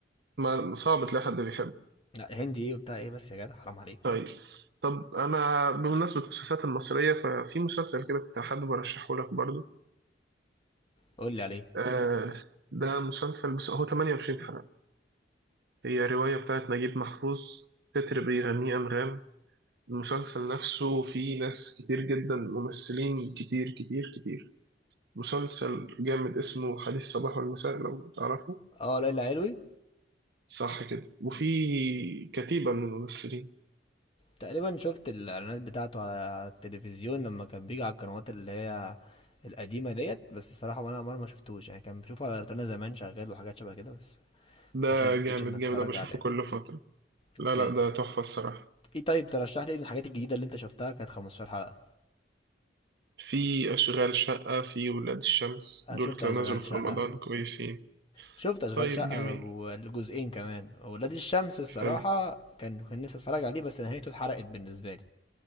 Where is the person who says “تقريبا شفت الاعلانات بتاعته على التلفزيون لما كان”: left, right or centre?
Left